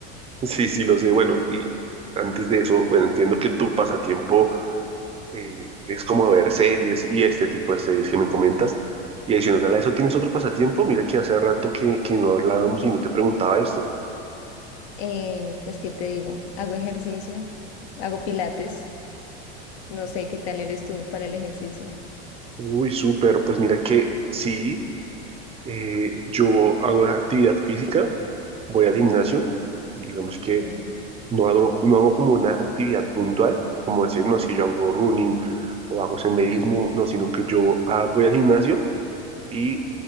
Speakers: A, on the right; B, on the left.
A: Sí, sí, lo sé. Bueno, y antes de eso, bueno, entiendo que tu pasatiempo eh, es como ver series y este tipo de series que me comentas. Y adicional a eso, ¿tienes otro pasatiempo? Mira que hace rato que, que no hablábamos y no te preguntaba esto.
B: Eh, pues, ¿qué te digo? Hago ejercicio, hago pilates. No sé qué tal eres tú para el ejercicio.
A: Uy, súper. Pues mira que sí, eh, yo hago actividad física, voy al gimnasio, digamos que
B: Ok.
A: no hago, no hago como una actividad puntual, como decir, no, es que yo hago running o hago senderismo, no, sino que yo ah, voy al gimnasio y